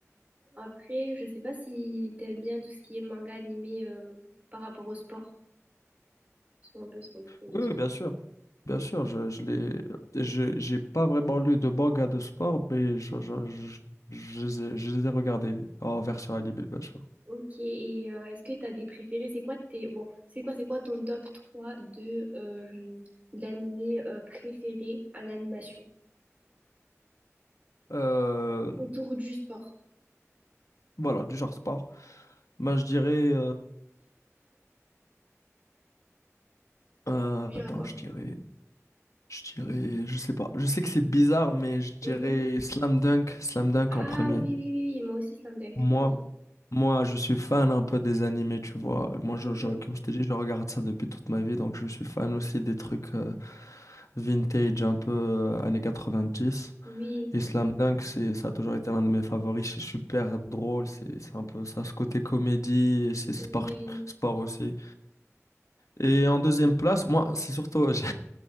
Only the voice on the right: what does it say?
Après, je sais pas si t'aimes bien tout ce qui est manga animé euh, par rapport au sport. Ils sont un peu centrés.
Ok, et euh, est-ce que tu as des préférés? C'est quoi tes bon, c'est quoi c'est quoi ton top 3 de euh, d'animés euh, préférés en animation
autour du sport?
Je dirais
quoi?
Mhm.
Ah
oui, oui, oui, oui, moi aussi Slam Dunk.
Oui.
Mhm.
Oui,
oui,